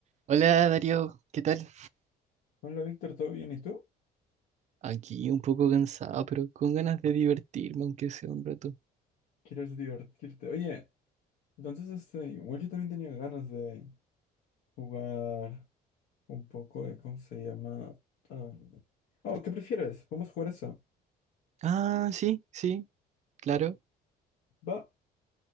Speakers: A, on the right; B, on the left.
A: Hola Darío, ¿qué tal?
B: Hola Víctor, ¿todo bien? ¿Y tú?
A: Aquí un poco cansado, pero con ganas de divertirme, aunque sea un rato.
B: ¿Quieres divertirte? Oye, entonces este, igual yo también tenía ganas de jugar un poco de, ¿cómo se llama? Am, Oh, ¿qué prefieres? Vamos a jugar eso.
A: Ah, sí, sí, claro.
B: Va,